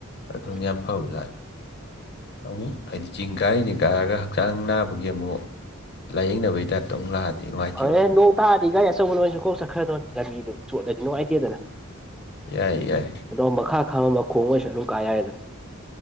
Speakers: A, in the centre; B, on the left (about 50°).
A: ꯁꯔꯨꯛ
B: ꯑꯗꯨꯅꯤ ꯌꯥꯝ ꯐꯕꯖꯅꯤ ꯑꯃꯨꯛ ꯍꯥꯏꯗꯤ ꯆꯤꯡ ꯀꯥꯏꯔꯤꯅꯤ ꯀꯥꯔꯒ ꯍꯛꯆꯥꯡ ꯅꯥꯕꯒꯤ ꯑꯃꯨꯛ ꯂꯥꯏꯌꯦꯡꯅꯕꯒꯤ ꯇꯥꯏꯞꯇ ꯑꯃꯨꯛ ꯂꯥꯛꯑꯗꯤ ꯅꯨꯡꯉꯥꯏꯇꯦꯕ
A: ꯑꯣꯔꯦꯟ ꯅꯣꯡ ꯇꯥꯔꯗꯤ ꯒꯥꯔꯤ ꯑꯆꯧꯕ ꯂꯣꯏꯁꯨ ꯀꯣꯛ ꯆꯠꯈ꯭ꯔꯗꯣꯏꯅꯦ ꯂꯝꯕꯤꯗꯨ ꯆꯣꯠꯂꯗꯤ ꯅꯨꯡꯉꯥꯏꯇꯦꯗꯅ
B: ꯌꯥꯏ ꯌꯥꯏ
A: ꯑꯗꯣ ꯃꯈꯥ ꯈꯝꯃꯝꯕ ꯈꯣꯡ ꯑꯣꯏꯁꯨ ꯑꯗꯨꯝ ꯀꯥ ꯌꯥꯏꯗꯅ